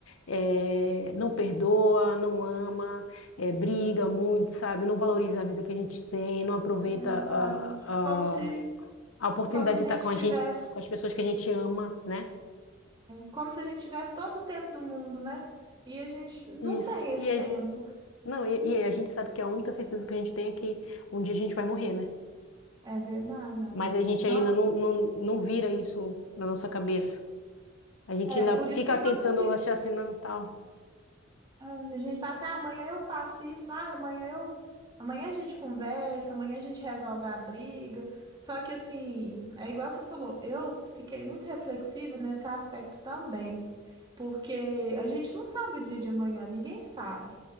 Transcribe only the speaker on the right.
Verdade.
Como se,
como se a gente
tivesse,
como se a gente tivesse todo o tempo do mundo, né? E a gente não
tem esse
tempo.
É verdade, amiga.
Nossa.
É,
por isso
que quando
a gente
ah, A gente fala assim, ah, amanhã eu faço isso, ah, amanhã eu. Amanhã a gente conversa, amanhã a gente resolve a briga. Só que assim, é igual você falou, eu fiquei muito reflexiva nesse aspecto também, porque a gente não sabe o dia de amanhã, ninguém sabe.